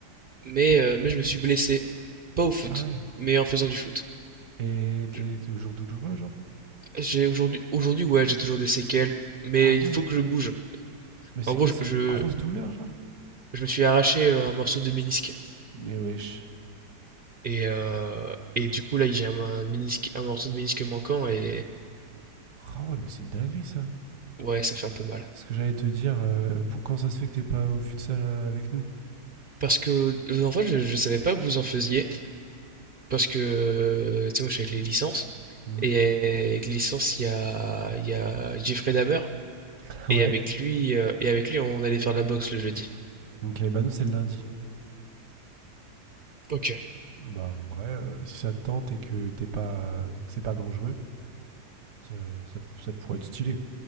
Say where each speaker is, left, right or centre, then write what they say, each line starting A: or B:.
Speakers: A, on the right; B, on the right.
A: Mais, euh, mais je me suis blessé. Pas au foot,
B: Ah ouais.
A: mais en faisant du foot.
B: Et t'es
A: Je-
B: toujours douloureux, genre
A: J'ai aujourd'hui, aujourd'hui, ouais, j'ai toujours des séquelles. Mais
B: Ah ouais.
A: il faut que je bouge.
B: Mais c'est
A: En gros,
B: quoi,
A: je,
B: c'est
A: je,
B: une grosse douleur, genre
A: Je me suis arraché euh, un morceau de ménisque.
B: Mais wesh.
A: Et, euh, et du coup, là, j'ai un, un ménisque, un morceau de ménisque manquant et
B: Ah ouais, mais c'est une dinguerie, ça.
A: ouais, ça fait un peu mal.
B: Ce que j'allais te dire, euh, pour, quand ça se fait que t'es pas au futsal euh, avec nous
A: Parce que, euh, en fait, je, je savais pas que vous en faisiez. Parce que, euh, tu sais, moi, je suis avec les licences.
B: Mhm.
A: Et avec les licences, il y a, il y a Jeffrey Dahmer.
B: <laughs>
A: Et
B: Ouais.
A: avec lui, euh, et avec lui, on allait faire de la boxe le jeudi.
B: Ok, bah nous c'est le lundi.
A: Ok.
B: Bah en vrai, euh, si ça te tente et que t'es pas, que c'est pas dangereux, ça, ça- ça pourrait être stylé.